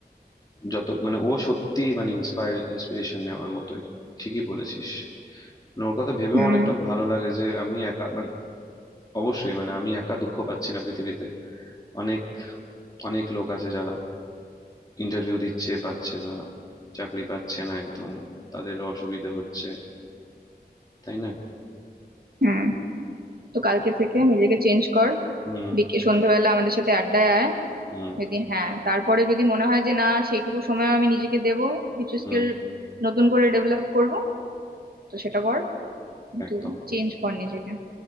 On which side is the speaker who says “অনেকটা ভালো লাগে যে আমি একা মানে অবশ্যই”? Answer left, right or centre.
Left